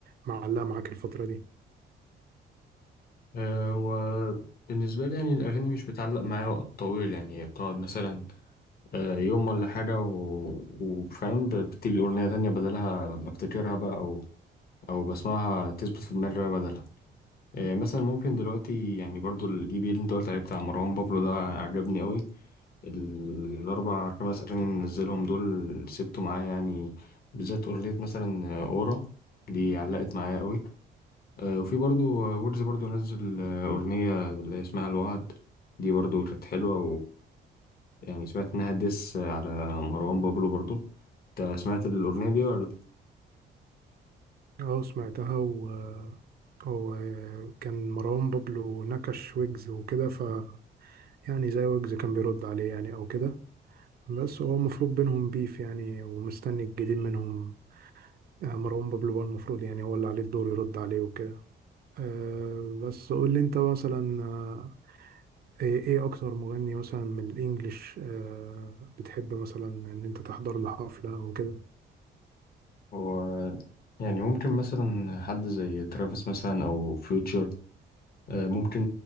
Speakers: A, on the right; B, on the left.
A: معلقة معاك الفترة دي
B: آه، هو بالنسبة لي يعني الأغاني مش بتعلق معايا وقت طويل يعني هي بتقعد مثلا آه، يوم ولا حاجة و- وفاهم ب- بتيجي أغنية تانية بدلها بفتكرها بقى أو أو بسمعها تثبت في دماغي بقى بدلها آه، مثلا ممكن دلوقتي يعني برضو الإي بي اللي أنت قلت عليه بتاع مروان بابلو ده عجبني أوي ال- الأربع خمس أغاني اللي نزلهم دول سبته معايا يعني بالذات أغنية مثلا آه، أورا دي علقت معايا أوي آه، وفي برضو ويجز برضو نزل آه، أغنية اللي هي اسمها الوعد دي برضو كانت حلوة ويعني سمعت إنها ديس على مروان بابلو برضو أنت سمعت الأغنية دي ولا لأ؟
A: اه سمعتها و هو كان مروان بابلو نكش ويجز وكده ف يعني زي ويجز كان بيرد عليه يعني او كده بس هو المفروض بينهم بيف يعني ومستني الجديد منهم آه، مروان بابلو هو المفروض يعني هو اللي عليه الدور يرد عليه وكده آه، بس قول لي انت مثلا آه، ايه إيه اكتر مغني مثلا من الانجليش آه، بتحب مثلا ان انت تحضر له حفلة او كده
B: هو يعني ممكن مثلا حد زي ترافيس مثلا أو فيوتشر ممكن